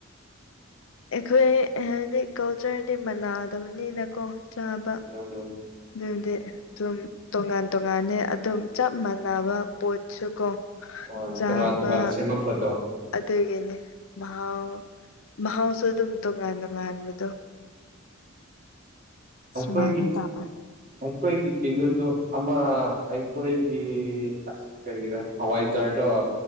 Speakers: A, on the left; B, on the right.
A: ꯑꯩꯈꯣꯏ ꯍꯥꯏꯗꯤ ꯀꯜꯆꯔꯗꯤ ꯃꯅꯥꯗꯕꯅꯤꯅꯀꯣ ꯆꯥꯕ
B: ꯑꯣ
A: ꯑꯗꯨꯗꯤ ꯑꯗꯨꯝ ꯇꯣꯉꯥꯟ ꯇꯣꯉꯥꯟꯅꯦ ꯑꯗꯨꯝ ꯆꯞ ꯃꯥꯟꯅꯕ ꯄꯣꯠꯁꯨ ꯀꯣ
B: ꯍꯣꯏ
A: ꯆꯥꯕ
B: ꯇꯣꯉꯥꯟ ꯇꯣꯉꯥꯟꯅ ꯁꯦꯝꯃꯛꯄꯗꯣ
A: ꯑꯗꯨꯒꯤꯅꯦ ꯃꯍꯥꯎ ꯃꯍꯥꯎꯁꯨ ꯑꯗꯨꯝ ꯇꯣꯉꯥꯟ ꯇꯣꯉꯥꯟꯕꯗꯣ ꯁꯨꯃꯥꯏꯅ
B: ꯎꯝꯈꯣꯏꯒꯤ
A: ꯇꯥꯕ
B: ꯑꯩꯈꯣꯏꯒꯤ ꯀꯤꯅꯣꯗꯨ ꯑꯃ ꯑꯩꯈꯣꯏꯒꯤ ꯑꯁ ꯀꯔꯤꯔꯥ ꯍꯋꯥꯏꯆꯥꯔꯗ‌ꯣ